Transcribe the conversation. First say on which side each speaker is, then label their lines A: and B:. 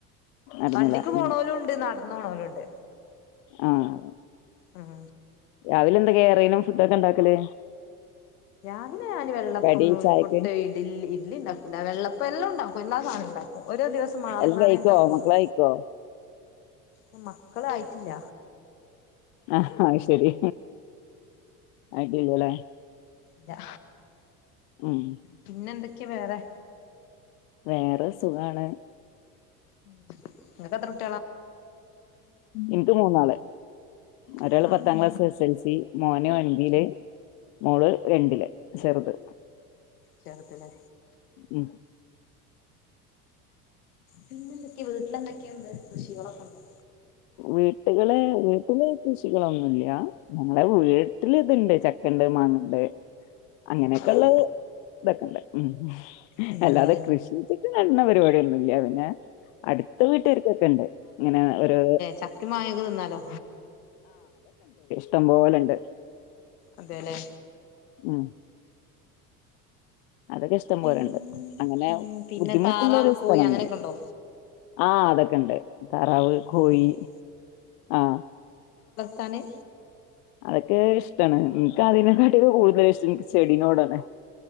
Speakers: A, on the left; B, on the left.
A: നടന്നില്ലേ
B: വണ്ടിക്ക് പോണ
A: ഉം
B: പോലും ഉണ്ട് നാട ന്നോണ പോലുണ്ട്
A: ആഹ്
B: ഉം
A: രാവിലെ എന്താ കേറനും ഫുഡ് ഒക്കെ ഉണ്ടാക്കല്
B: രാവിലെ ഞാന് വെള്ളപ്പം
A: കടി
B: നൂൽപുട്ട്
A: ചായക്ക്
B: ഇടിലി ഇഡലി ഉണ്ടാക്കുലാ വെള്ളപ്പ എല്ലാം ഉണ്ടക്കും എല്ലാ സാനോം ഉണ്ടാക്കും ഓരോ ദിവസം മാറി
A: എല്ലാം
B: മാറി
A: കഴിക്കോ
B: ഉണ്ടാക്കുള്ളൂ
A: മക്കള് കഴിക്കോ
B: ഉം മക്കൾ ആയിട്ടില്ല
A: ആഹ് അയ്ശേരി ആയിട്ടില്ലല്ലേ
B: ല്ല
A: ഉം
B: പിന്നെ എന്തോ ക്ക് വേറെ
A: വേറെ സുഖാണ്
B: ഉം നിങ്ങകെത്ര
A: ൻക്ക്‌ മൂന്നാള്
B: മൂന്നാളില്ലേ
A: ഒരാള് പത്താം ക്ലാസ് എസ് എൽ സി മോന് ഞ്ചില് മോള് രണ്ടില് ചെറുത്
B: ചെറുതില്ലേ
A: ഉം
B: പിന്നെന്തൊക്കെയ വീട്ടില് എന്തൊക്കെയുണ്ട് കൃഷികളൊക്കെ ഉണ്ടോ
A: വീട്ടുകള് വീട്ടില് കൃഷികളൊന്നുല്ല ഞങ്ങളെ വീട്ടിൽ ഇതുണ്ട് ചക്കണ്ട് മാങ്ങണ്ട് അങ്ങനെയൊക്കെള്ള
B: ഓഹ്
A: ഇതൊക്കെ ഉണ്ട് ഉം
B: ഉണ്ട്ല്ലേ
A: അല്ലാതെ കൃഷിച്ചിട്ട് നടന്ന പരിപാടിയൊന്നുല്ല പിന്നെ അടുത്ത വീട്ടുകർക്കൊക്കെ ഉണ്ട് ഇങ്ങനെ ഒരോ
B: ചക്കെ മങ്ങേക്കെ തിന്നാലോ
A: ഇഷ്ട്ടം പോലെണ്ട്
B: അതെല്ലേ
A: ഉം അതൊക്കെ ഇഷ്ടംപോലുണ്ട്
B: പി
A: അങ്ങനെ
B: ഉം പിന്നെ
A: ബുദ്ധിമുട്ടുള്ള
B: താറാവ്
A: ഒരു സ്ഥലന്നൊല്ല
B: കോഴി അങ്ങനെയൊക്കെ ഉണ്ടോ
A: ആഹ് അതൊക്കെ ഉണ്ട് താറാവ്
B: അതൊക്കെ
A: കോഴി
B: ഉണ്ടല്ലേ
A: ആഹ്
B: താനെ
A: അതൊക്കെ ഇഷ്ടമാണ് നിക്ക് അതിനെക്കാട്ടി കൂടുതലിഷ്ടം നിക്ക് ചെടീനോടാണ്